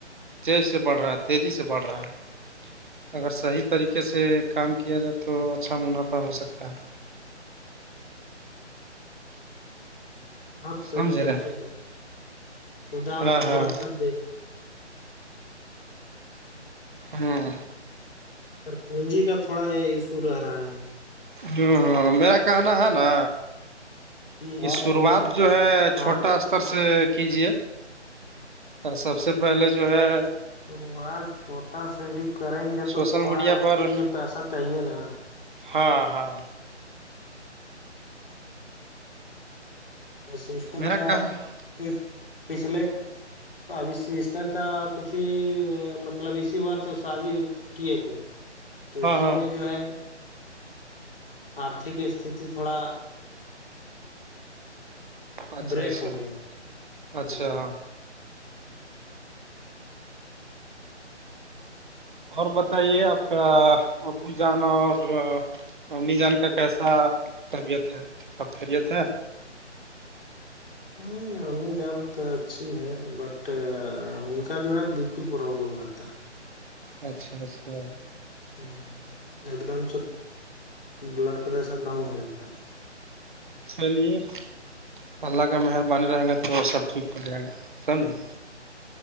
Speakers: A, on the right; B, on the left.
A: چیز سے بڑھ رہا ہے تیزی سے بڑھ رہا ہے اگر صحیح طریقے سے کام کیا جائے تو اچھا منافع ہو سکتا ہے
B: آپ صحیح
A: سمجھ رہے
B: سوچے ہیں خدا آپ
A: ہاں
B: کو
A: ہاں
B: برکت دے
A: ہاں
B: س پونجی کا تھوڑا یہ ایشو رہا ہے
A: ہاں ہاں میرا کہنا ہے نا
B: ہے
A: کہ شروعات
B: نہیں
A: جو ہے
B: ہاں
A: چھوٹا ار سے کیجیے اور سب سے پہلے جو ہے
B: شروات چھوٹا سا بھی کریں گے تو
A: سوشل
B: تھوڑا
A: میڈیا
B: اس
A: پر
B: کے لیے پیسہ چاہیے نا
A: ہاں ہاں
B: سسٹر
A: میرا
B: کا
A: کہ ہاں
B: کچھ پچھلے تو ابھی سسٹر کا کچھ ہی مطلب اسی وورس شادی کی تھ تو اسی
A: ہاں
B: میں جو ہے آرتھک استتی تھوڑا
A: اچھا
B: بریک
A: اچھا
B: ہو گیا ہوں
A: اچھا اور بتائیے آپ کا ابو جانا اور امی جان کا کیسا طربیعت ہے سب خیریت ہے
B: ہ امی جان تو اچھی ہے بٹ ان کا جو ہے بی پی پرابلم رہتا ہے
A: اچھا اچھا
B: ہ ایک دم سے بلڈ پریشر ڈاؤن ہو جاتا ہے
A: چلیے اللہ کا مہربانی رہے گا تو سب ٹھیک ہو جائے گا سمجھیں گے